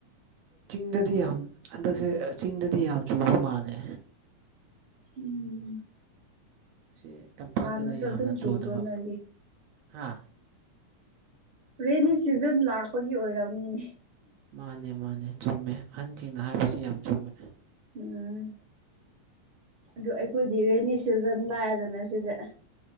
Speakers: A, on the right (about 80°); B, on the right (about 65°).
A: ꯆꯤꯡꯗꯗꯤ ꯌꯥꯝ ꯍꯟꯗꯛꯁꯦ ꯆꯤꯡꯗꯗꯤ ꯌꯥꯝ ꯆꯨꯕ ꯃꯥꯜꯂꯦ
B: ꯎꯝ
A: ꯁꯤ ꯇꯝꯄꯥꯛꯇꯅ
B: ꯍꯥꯟꯅꯁꯨ
A: ꯌꯥꯝꯅ
B: ꯑꯗꯨꯝ
A: ꯆꯨꯗꯕ
B: ꯆꯨꯕ꯭ꯔꯣ ꯅꯣꯏꯒꯤ
A: ꯍꯥ
B: ꯔꯦꯅꯤ ꯁꯤꯖꯟ ꯂꯥꯛꯄꯒꯤ ꯑꯣꯏꯔꯝꯅꯤꯅꯦ
A: ꯃꯥꯅꯦ ꯃꯥꯅꯦ ꯆꯨꯝꯃꯦ ꯑꯍꯟꯁꯤꯡꯅ ꯍꯥꯏꯕꯁꯤ ꯌꯥꯝ ꯆꯨꯝꯃꯦ
B: ꯎꯝ ꯑꯗꯨ ꯑꯩꯈꯣꯏꯗꯤ ꯔꯦꯅꯤ ꯁꯤꯖꯟ ꯂꯥꯛꯑꯦꯗꯅ ꯁꯤꯗ